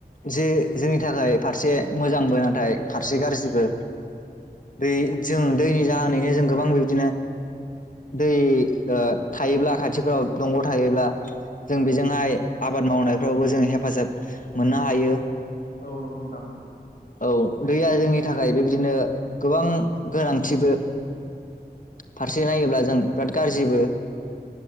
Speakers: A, on the left; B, on the left.
A: ज जोंनि थाखाय फारसे मोजांबो नाथाय फारसे गाज्रिबो दै जों दैनि जाहोनैनो जों गोबां बिबदिनो दै थायोब्ला खाथिफोराव दंग' थायोब्ला जों बेजोंहाय आबाद माव फोरावबो जोंङ हेफाजाब मोननो हायो।
B: औ नंगौ नदां
A: औ दैया जोंनि थाखाय बेबायदिनो गोबां गोनांथिबो फारसे नायोब्ला जों बिराद गाज्रिबो